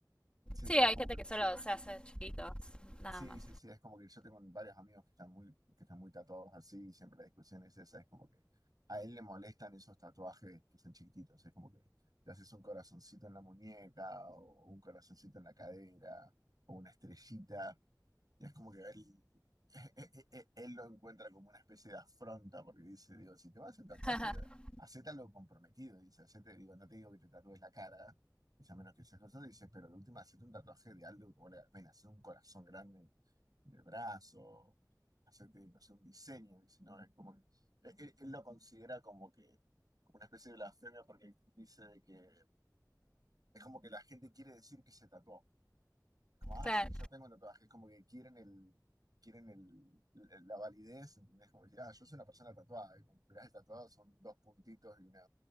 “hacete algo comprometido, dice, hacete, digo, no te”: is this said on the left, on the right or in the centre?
Right